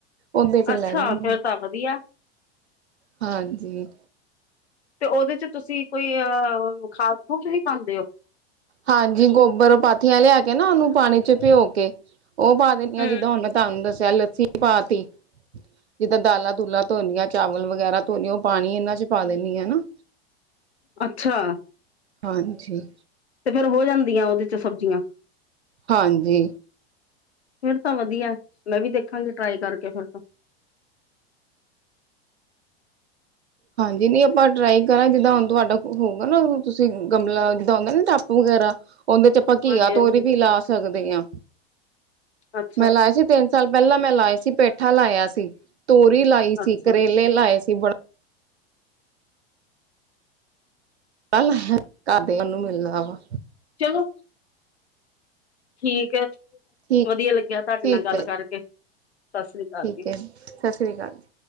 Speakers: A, on the right; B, on the left.
A: ਓਦੇ 'ਚ ਲੇ
B: ਅੱਛਾ
A: ਲੈਣੀ
B: ਫੇਰ ਤਾਂ ਵਧੀਆ
A: ਹਾਂਜੀ।
B: ਤੇ ਉਹਦੇ 'ਚ ਤੁਸੀਂ ਕੋਈ ਅ ਆ ਖਾਦ ਖੂਦ ਵੀ ਪਾਂਦੇ ਓ।
A: ਹਾਂਜੀ ਗੋਬਰ ਪਾਥੀਆਂ ਲਿਆ ਕੇ ਨਾ ਉਹਨੂੰ ਪਾਣੀ 'ਚ ਭਿਓ ਕੇ ਉਹ ਪਾ ਦਿੰਦੀ
B: ਹੂੰ।
A: ਆ ਜਿੱਦਾਂ ਹੁਣ ਮੈਂ ਤੁਹਾਨੂੰ ਦੱਸਿਆ ਲੱਸੀ ਪਾਤੀ ਜਿੱਦਾਂ ਦਾਲਾਂ ਦੁਲਾ ਧੋਣੀਆਂ ਚਾਵਲ ਵਗੈਰਾ ਧੋਣੀ ਉਹ ਪਾਣੀ ਇਹਨਾਂ 'ਚ ਪਾ ਦਿੰਨੀ ਆ ਨਾ
B: ਅੱਛਾ
A: ਹਾਂਜੀ।
B: ਤੇ ਫੇਰ ਹੋ ਜਾਂਦੀਆਂ ਉਹਦੇ 'ਚ ਸਬਜ਼ੀਆਂ
A: ਹਾਂਜੀ
B: ਫਿਰ ਤਾਂ ਵਧੀਆ ਮੈਂ ਵੀ ਦੇਖਾਂਗੀ ਟਰਾਈ ਕਰਕੇ ਫਿਰ ਤਾਂ
A: ਹਾਂਜੀ ਨਹੀਂ ਆਪਾਂ ਟਰਾਈ ਕਰਾਂ ਜਿੱਦਾਂ ਹੁਣ ਤੁਹਾਡਾ ਹੋਊਗਾ ਨਾ ਤੁਸੀ ਗਮਲਾ ਜਿੱਦਾਂ ਹੁੰਂਦਾ ਨਾ ਟੱਪ ਵਗੈਰਾ ਉਹਦੇ 'ਚ ਆਪਾਂ ਘੀਆ
B: ਹਾਂਜੀ ਹਾਂਜੀ
A: ਤੋਰੀ ਵੀ ਲਾ ਸਕਦੇ ਆਂ।
B: ਅੱਛਾ
A: ਮੈਂ ਲਾਇਆ ਸੀ ਤਿੰਨ ਸਾਲ ਪਹਿਲਾਂ ਮੈਂ ਲਾਏ ਸੀ ਪੇਠਾ ਲਾਇਆ ਸੀ। ਤੋਰੀ ਲਾਈ ਸੀ
B: ਅੱਛਾ
A: ਕਰੇਲੇ ਲਾਏ ਸੀ ਬੜਾ <inaudible> ਲਾਇਆ ਤੁਹਾਡੇ ਵਲੋਂ ਮਿਲਣਾ ਵਾ।
B: ਚਲੋ ਠੀਕ ਹੈ
A: ਠੀਕ
B: ਵਧੀਆ ਲੱਗਿਆ ਤੁਹਾਡੇ
A: ਠੀਕ
B: ਨਾਲ ਗੱਲ
A: ਹੈ
B: ਕਰਕੇ ਸਤਿ ਸ੍ਰੀ ਅਕਾਲ
A: ਠੀਕ
B: ਜੀ
A: ਹੈ ਜ ਸਤਿ ਸ਼੍ਰੀ ਅਕਾਲ ਜੀ